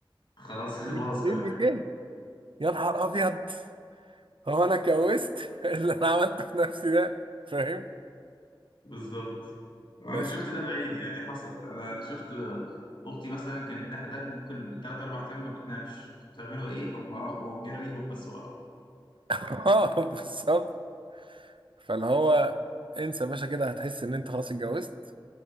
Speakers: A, on the left; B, on the right.
A: خلاص
B: والليل
A: <laughs> باظ كل حاجة
B: جه يا نهار ابيض هو انا اتجوزت <laughs> اللي انا عملته في نفسي ده فاهم
A: بالظبط انا
B: بس
A: شفت ده بعيني يعني حصل انا انا شفت اختي مثلا كان ابنها ده ممكن بالثلاث اربع ايام ما بتنامش انتوا بتعملوا ايه هم اه هو مجريهم بس وراه
B: <laughs> اه بالظبط فاللي هو انسى يا باشا كده هتحس ان انت خلاص اتجوزت